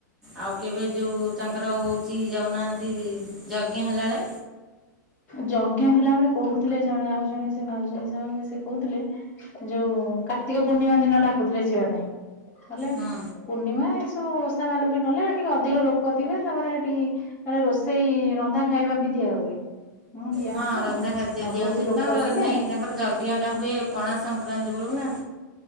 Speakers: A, in the centre; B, on the left (about 15°).
A: ଆଉ କେବେ ଯୋଉ ତାଙ୍କର ହୋଉଚି ଯାଉନାହାନ୍ତି ଯଜ୍ଞ ହେଲାବେଳେ
B: ଯଜ୍ଞ ହେଲା ବେଳେ କୋହୁଥିଲେ ଜଣେ ଆଉ ଜଣେ ସେ ଭାଉଜ ହିସାବ ହେବେ ସେ କହୁଥିଲେ। ଯୋଉ କାର୍ତ୍ତିକ ପୂର୍ଣ୍ଣିମା ଦିନ ଡାକୁଥିଲେ ଯିବା ପାଇଁ ହେଲେ
A: ହଁ
B: ପୂର୍ଣ୍ଣିମା ଏ ସବୁ ଓଷା ବାରରେ ଗଲେ ଏ ଟିକେ ଅଧିକ ଲୋକ ଥିବେ ତାପରେ ହେଟି ତାପରେ ରୋଷେଇ ରନ୍ଧା ଖାଇବା ବି ଦିଆ ହୁଏ। ଦିଆ
A: ହଁ
B: ହୁଏ ତ
A: ରନ୍ଧା ଖାଦ୍ୟ
B: ଆଉ
A: ଦିଆ
B: ବହୁତ
A: ହୋଉଚି
B: ଲୋକ
A: ତାଙ୍କର
B: ଥିବେ।
A: ନାଇଁ ତାଙ୍କର ଯଜ୍ଞଟା ହୁଏ ପଣା ସଂକ୍ରାନ୍ତି ବୋଳକୁ ନା